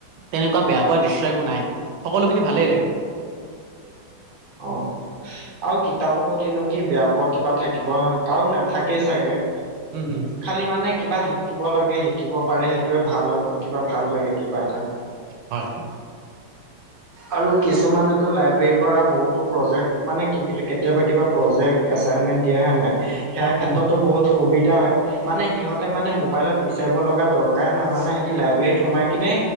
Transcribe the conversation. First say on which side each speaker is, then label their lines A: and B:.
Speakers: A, on the right; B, on the right.
A: তেনেকুৱা বেয়া পোৱা দৃশ্য একো নাই সকলোখিনি ভালেই লাগে।
B: অ আৰু কিতাপৰ প্ৰতিনো কি বেয়া পোৱা কিবা থাকিব কাৰো নাথাকেই চাগে
A: উম হুম
B: খালি মানে কিবা শিকিব লাগে শিকিব পাৰে সেইটোৱে ভাল আৰু কিবা ভাল লাগে কিবা এটা।
A: হয়।
B: আৰু কিছুমানেটো লাইব্ৰেৰীব পৰা বহুতো প্ৰজেক্ট মানে কি কেতিয়াবা কিবা প্ৰজেক্ট এচাইনমেন্ট দিয়া হয় নাই, সেইয়া ক্ষেত্ৰতো
A: উম
B: বহুত সুবিধা হয়। মানে সিহঁতে মানে মোবাইলত বিচাৰিব লগা দৰকাৰে নহয় মানে সিহতি লাইব্ৰেীত সোমাই কিনে,